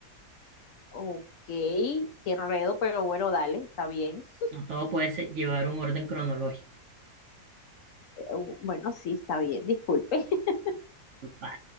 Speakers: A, on the left (about 65°); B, on the right (about 60°).
A: Ok, qué enredo, pero bueno, dale, está bien. <laughs>
B: No todo puede ser- llevar un orden cronológico.
A: Eh, Bueno, sí, está bien, disculpe. <laughs>
B: va.